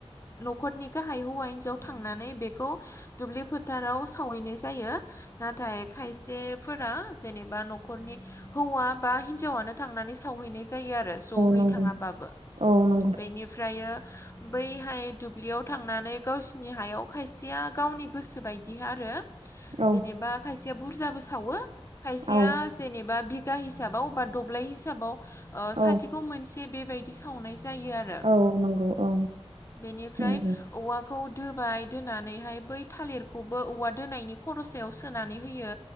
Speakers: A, on the left; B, on the right.
A: न'खरनि गाहाय हौवा हिनजाव थांनानै दुब्लि फोथाराव सावनायहैनाय जायो नाथाय खायसे फोरा जेनेबा न'खरनि हौवा बा हिनजावनो थांनानै सावहैनाय जायो आरो जयै
B: नंगौ
A: थाङाबाबो
B: औ नंगौ
A: बेनिफ्रायो बैहाय दुब्लियाव थांनानै गावसिनि हायाव खायसेया गावनि गोसो बायदि आरो
B: औ
A: जेनेबा खायसेया बुरजाबो सावो खायसेया
B: औ
A: जेनेबा बिगा हिसाबाव बा दब्लाय हिसाबाव आ
B: औ
A: साथिखौ मोनसे बेबायदि सावनाय जायो आरो
B: औ नंगौ औ
A: बेनिफ्राय
B: नंगौ
A: औवा खौ दोबाय दोनानैहाय बै थालिरखौबो औवा दोनायनि खरसायाव सोनानै होयो